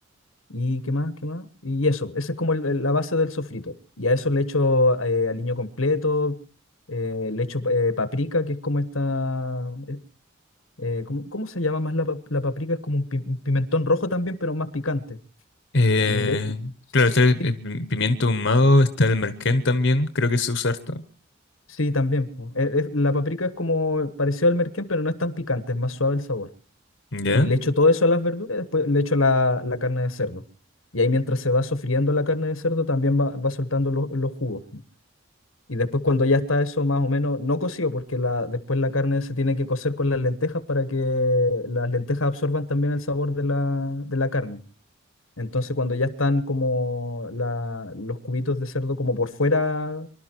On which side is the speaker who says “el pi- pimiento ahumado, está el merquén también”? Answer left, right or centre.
Left